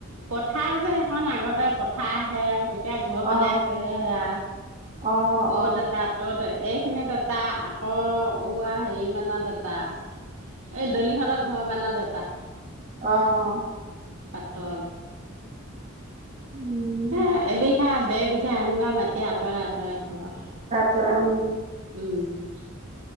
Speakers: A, on the right; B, on the right.
A: পথাৰ যে সেইখন, আগতে পথাৰ আহে এতিয়া ঘৰ বনাইছে
B: অ
A: হে সেয়া,
B: অ
A: অত
B: অ
A: এটা, তত এ সেনে তাত এটা আকৌ উৱা হেৰি মানত এটা এই দলিহঁতৰ ঘৰ মানত এটা
B: অহ
A: তল
B: উম
A: এ, এবিঘা দেবিঘা কে এনেকুৱা মাটি আঁতৰাত তায় ঘোৱা
B: <unintelligible>
A: উম হু